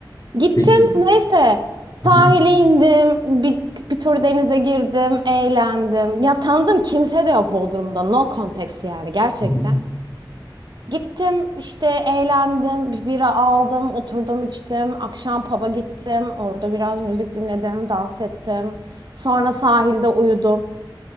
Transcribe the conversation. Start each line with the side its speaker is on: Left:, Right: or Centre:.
Right: Gittim
Left: Peki.
Right: neyse
Left: Hı
Right: sahile
Left: hı,
Right: indim. Bir, bir tur denize girdim. Eğlendim. Ya tanıdığım kimse de yok Bodrum'da. No context yani gerçekten.
Left: hı hı.
Right: Gittim işte eğlendim. Bir bira aldım. Oturdum içtim. Akşam pub'a gittim. Orada biraz müzik dinledim. Dans ettim. Sonra sahilde uyudum.